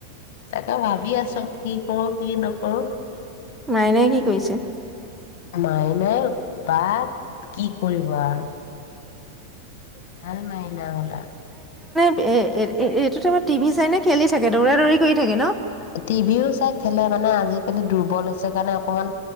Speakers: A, on the left; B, in the centre.
A: তাকে ভাবি আছো কি কৰো কি নকৰো
B: মাইনাই কি কৰিছে
A: মাই নাই বা কি কৰিব আৰু ভাল মাইনা হল আৰু।
B: এ এ এইটো টাইমত টিভি চাই নে খেলি থাকে দৌৰা দৌৰি কৰি থাকে ন?
A: টিভিও চাই খেলে মানে আজিকালি দুৰ্বল হৈছে কাৰণে অকমান